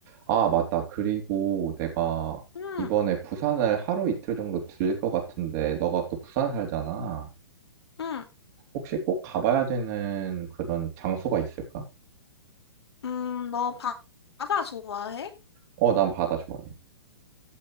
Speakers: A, on the right (about 40°); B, on the left (about 70°).
A: 아, 맞다. 그리고 내가
B: 응,
A: 이번에 부산을 하루 이틀 정도 들것 같은데, 너가 또 부산 살잖아.
B: 응,
A: 혹시 꼭 가봐야 되는 그런 장소가 있을까?
B: 음, 너 바, 바다 좋아해?
A: 어, 난 바다 좋아해.